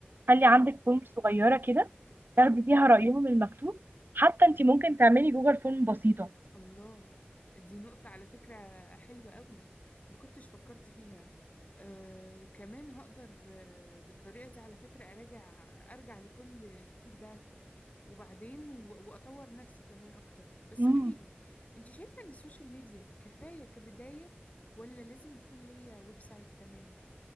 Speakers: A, on the right; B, on the left.
A: خلي
B: ايه
A: عندك فورم صغيرة كده تاخدي فيها رأيهم المكتوب حتى انت ممكن تعملي جوجل فورم بسيطة
B: الله دي نقطة على فكرة حلوة قوي ما كنتش فكرت فيها آه، كمان هقدر آه، بالطريقة دي على فكرة أراجع أرجع لكل الفيدباك وبعدين و- وأطور نفسي كمان أكتر بس
A: مم.
B: قوليلي أنت شايفة إن السوشيال ميديا كفاية كبداية ولا لازم يكون ليا ويب سايت كمان؟